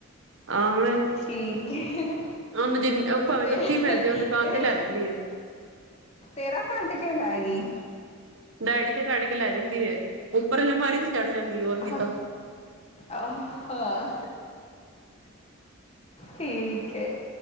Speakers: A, on the right (about 65°); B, on the left (about 30°).
A: ਆਂ ਮੈਂ ਹਮ,
B: ਠੀਕ ਹੈ
A: ਉਹ ਨ ਜਿੰ ਉਹ ਭਾਵੇਂ
B: ਤੇ
A: ਕਿੱਥੇ ਪੈ ਜੇ, ਉਹ ਦੁਕਾਨ
B: ਤੇਰੇ
A: ਤੇ ਲੈ ਜਾਂਦੀ ਆ।
B: ਤੇਰਾ ਕਢ ਕੇ ਲੈ ਗਈ।
A: ਡੈਡੀ ਦਾ ਕੱਢ ਕੇ ਲੈ ਜਾਂਦੀ ਹੈ, ਉੱਪਰ ਅਲਮਾਰੀ ਤੇ ਚੜ੍ਹ ਜਾਂਦੀ ਓਨੀ
B: ਆਹ,
A: ਤਾਂ
B: ਆਹ ਹਾਂ। ਠੀਕ ਹੈ,